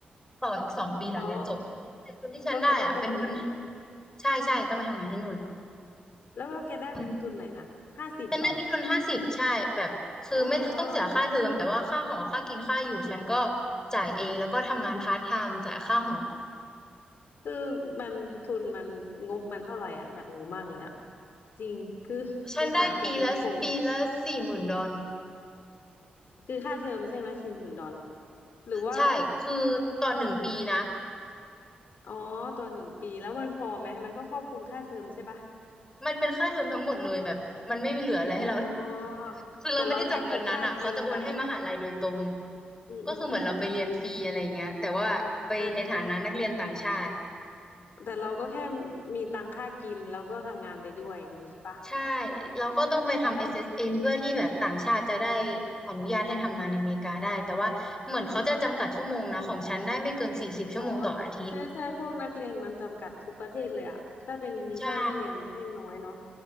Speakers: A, on the left; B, on the left.
A: ต่ออีกสองปีหลังเรียนจบแต่ทุนที่ฉันได้อ่ะเป็นทุน
B: อ๋อก็คือต้องไปทำงานที่นู่น
A: ใช่ใช่ต้องไปทำงานที่นู่น
B: แล้วแล้วแกได้เป็นทุนไหนนะห้าสิบเหรอ
A: อืม ฉันได้เป็นทุนห้าสิบใช่แบบคือไม่ต้องเสียค่าเทอมแต่ว่าค่าหอ
B: อ๋อ
A: ค่ากินค่าอยู่ฉันก็จ่ายเอง แล้วก็ทำงานพาร์ทไทม์จ่ายค่าหอ
B: คือมันทุนมันงบมันเท่าไหร่อ่ะอยากรู้มากเลยอ่ะจริงคือคือหาอยากเรียนโท
A: ฉันได้ปีละปีละสี่หมื่นดอล
B: คือค่าเทอมใช่ไหมสี่หมื่นดอลหรือว่า
A: ใช่ คือต่อหนึ่งปีนะ
B: อ๋อต่อหนึ่งปีแล้วมันพอไหมมันก็ครอบคลุมค่าเทอมใช่ปะ
A: มันเป็นค่าเทอมทั้งหมดเลยแบบ มันไม่มีเหลืออะไรให้เรา
B: อ๋อ
A: <laughs> คือเราไม่ได้จับเงินนั้นอ่ะเขาจะโอนให้มหาลัยโดยตรง
B: แต่เราแค่พกค่ากินไปอืมอืมอืม
A: ก็คือเหมือนเราไปเรียนฟรีอะไรเงี้ยแต่ว่าไปในฐานะนักเรียนต่างชาติ
B: อ่าอ่าแต่เราก็แค่มีตังค่ากินแล้วก็ทำงานไปด้วยอย่างนี้ใช่ปะ
A: ใช่แล้วก็ต้องไปทำ
B: แล้วอืม
A: SSN เอสเอ็นเพื่อที่แบบต่างชาติจะได้ขออนุญาตให้ทำงานในอเมริกาได้แต่ว่าเหมือนเขาจะจำกัดชั่วโมงนะของฉันได้ไม่เกินสี่สิบชั่วโมงต่ออาทิตย์
B: อ๋อใช่ใช่พวกนักเรียนมันจำกัดทุกประเทศเลยอะถ้าเป็นวีซ่านักเรียนมันให้น้อยเนาะ
A: ใช่